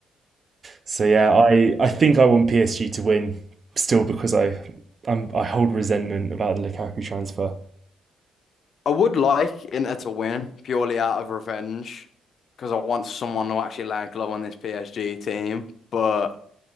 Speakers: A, on the right; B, on the left.
A: So yeah, I I think I want PSG to win still because I I'm, I hold resentment about the Lukaku transfer.
B: I would like Inter to win purely out of revenge because I want someone to actually lay a glove on this PSG team, but.